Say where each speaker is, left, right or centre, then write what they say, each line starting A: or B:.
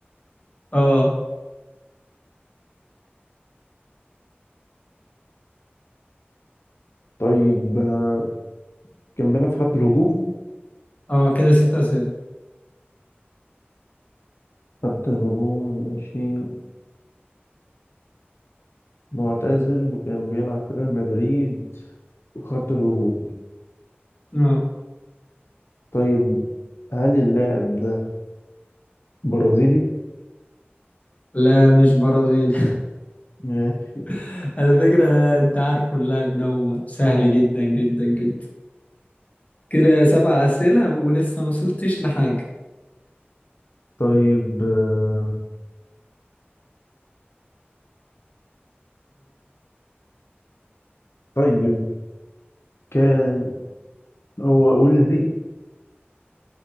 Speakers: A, on the left; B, on the left.
A: اه
B: طيب آه، كان بيلعب في خط الهجوم
A: اه كده ست اسئله
B: خط الهجوم ماشي معتزل وكان بيلعب في ريال مدريد خط الهجوم
A: اه
B: طيب هل اللاعب ده برازيلي؟
A: لا مش برازيل
B: ماشي
A: <laughs> على فكره انت عارف اللاعب ده سهل جدا جدا جدا كده سبع اسئله ولسه ما وصلتش لحاجه
B: طيب آه، طيب كان هو ولدي